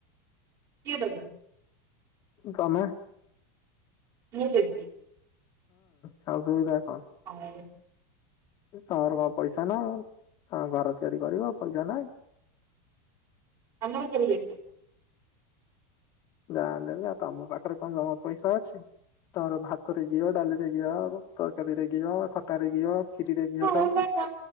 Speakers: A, on the right (about 35°); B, on the left (about 35°).
A: କିଏ ଦେବେ
B: ଗମା
A: ମୁଁ ଦେବି
B: ସବୁ ସୁବିଧା
A: ଆଉ
B: ତମର କଣ ପଇସା ନାହିଁ? ହଁ ଘର ତିଆରି କରିବ ପଇସା ନାହିଁ?
A: ଆନ୍ଦୋଳନ କରିବି ଏଇଥିପାଇଁ।
B: ଯାହା ହେଲେ ବି ଆଉ ତମ ପାଖରେ କଣ ଜମା ପଇସା ଅଛି? ତର ଭାତରେ ଘିଅ ଡାଲିରେ ଘିଅ ତରକାରୀରେ ଘିଅ, ଖଟା ରେ ଘିଅ ଖିରିରେ ଘିଅ
A: <unintelligible> ଆମେ
B: ଖାଉଛ।
A: କଣ